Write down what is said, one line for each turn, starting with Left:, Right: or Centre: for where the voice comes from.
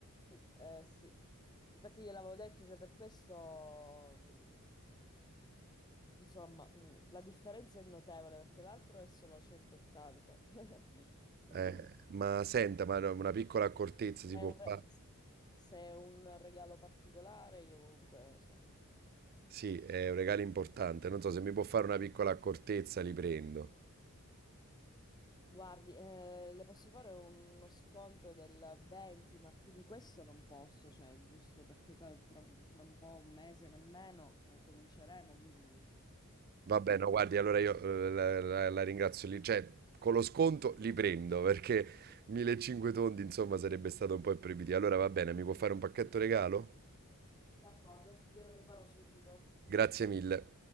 Left: Eh, sì, infatti gliel'avevo detto, cioè per questo, mh, insomma, mh, la differenza è notevole perché l'altro è solo 180. <laughs> Quindi
Right: Eh, ma senta, ma no, una piccola accortezza si
Left: è
Right: può
Left: un re-
Right: fare?
Left: se è un regalo particolare, io comunque, cioè.
Right: Sì, è un regalo importante. Non so se mi può fare una piccola accortezza, li prendo.
Left: Guardi, eh, le posso fare uno sconto del 20, ma più di questo non posso, cioè, giusto perché tra, tra- tra un po', un mese nemmeno, eh, cominceremo, quindi... eh,
Right: Va bene, no, guardi, allora io eh, la, la- la ringrazio lì. Cioè, con lo sconto li prendo <laughs> perché 1500 tondi, insomma, sarebbe stato un po' imprevedibile. Allora va bene, mi può fare un pacchetto regalo?
Left: D'accordo, glielo preparo subito.
Right: Grazie mille.